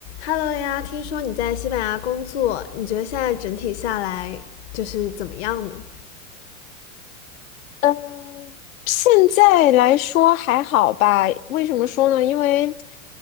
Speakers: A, on the left; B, on the left.
A: Hello 呀，听说你在西班牙工作，你觉得现在整体下来就是怎么样呢？
B: 嗯，现在来说还好吧？为什么说呢？因为